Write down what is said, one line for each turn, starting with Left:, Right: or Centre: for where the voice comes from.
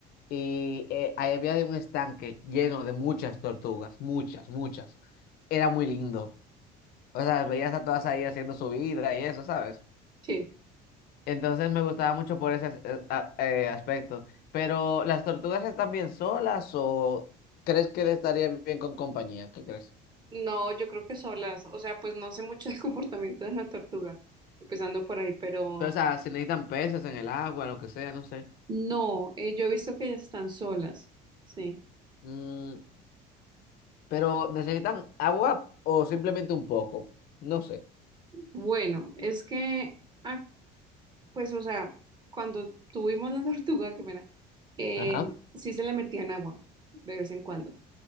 Left: Y eh, ahí había un estanque lleno de muchas tortugas, muchas, muchas. Era muy lindo. O sea, las veías a todas ahí haciendo su vida y eso, sabes
Right: Sí.
Left: Entonces me gustaba mucho por ese as- eh, a- eh, aspecto. Pero, ¿las tortugas están bien solas o crees que le estaría bien con compañía? ¿Qué crees?
Right: No, yo creo que solas. O sea, pues no sé mucho del <laughs> comportamiento de la tortuga, empezando por ahí, pero
Left: Pero, o sea, si necesitan peces en el agua, lo que sea, no sé.
Right: no, eh, yo he visto que ellas están solas. Sí.
Left: Mm, pero, ¿necesitan agua o simplemente un poco? No sé.
Right: Bueno, es que, ah, pues, o sea, cuando tuvimos la <laughs> tortuga, qué pena, eh,
Left: Ajá.
Right: sí se le metían agua de vez en cuando.